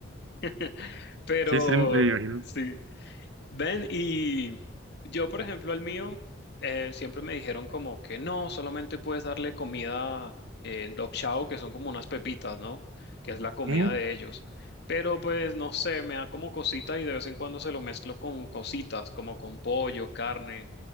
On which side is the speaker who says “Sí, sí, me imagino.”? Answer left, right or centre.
Right